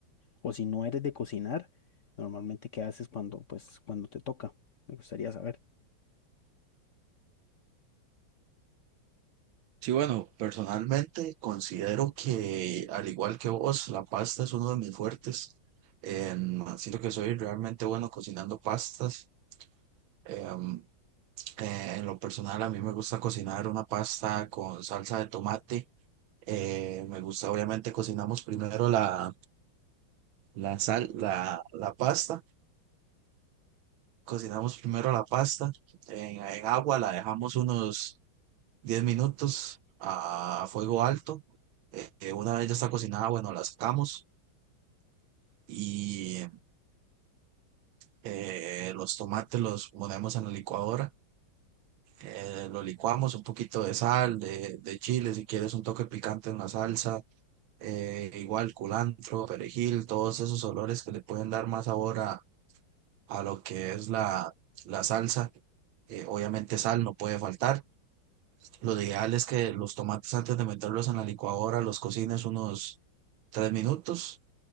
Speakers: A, on the left; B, on the right.
A: o si no eres de cocinar, normalmente qué haces cuando pues cuando te toca? Me gustaría saber.
B: Sí, bueno, personalmente considero que, al igual que vos, la pasta es uno de mis fuertes. Em, siento que soy realmente bueno cocinando pastas. Em, eh, en lo personal, a mí me gusta cocinar una pasta con salsa de tomate. Eh, me gusta, obviamente, cocinamos primero la, la sal, la, la pasta. Cocinamos primero la pasta en, en agua, la dejamos unos 10 minutos a fuego alto. Eh, eh, una vez ya está cocinada, bueno, la sacamos y eh, los tomates los ponemos en la licuadora. eh, lo licuamos un poquito de sal, de, de chile, si quieres un toque picante en la salsa, eh, igual culantro, perejil, todos esos olores que le pueden dar más sabor a, a lo que es la, la salsa. Eh, obviamente sal no puede faltar Lo ideal es que los tomates antes de meterlos en la licuadora los cocines unos tres minutos